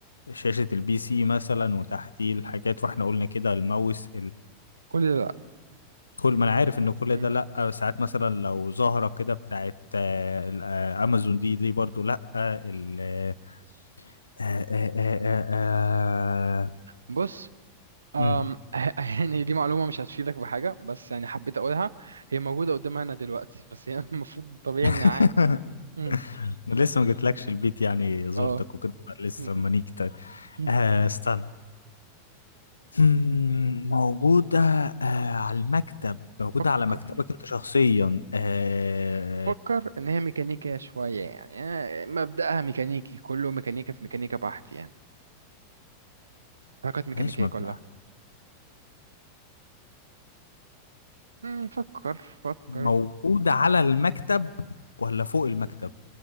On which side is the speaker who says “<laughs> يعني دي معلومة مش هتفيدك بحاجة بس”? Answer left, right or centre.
Right